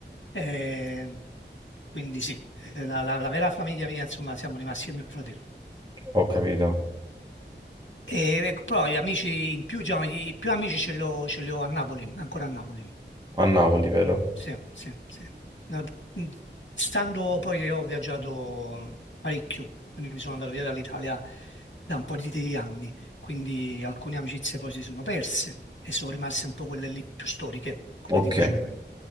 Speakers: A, on the left; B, on the right.
A: Eh, quindi sì, eh, la, la- la vera famiglia mia, insomma, siamo rimasti io e mio fratello.
B: ho capito.
A: E ecco, però gli amici in più, diciamo, i più amici ce li ho, ce li ho a Napoli, ancora a Napoli.
B: A Napoli, vero?
A: Sì, sì, sì. No, mh, stando poi che ho viaggiato mh, parecchio, quindi mi sono andato via dall'Italia da un po' di anni, quindi alcune amicizie poi si sono perse e sono rimaste un po' quelle lì più storiche, come
B: Ok,
A: ti dicevo prima.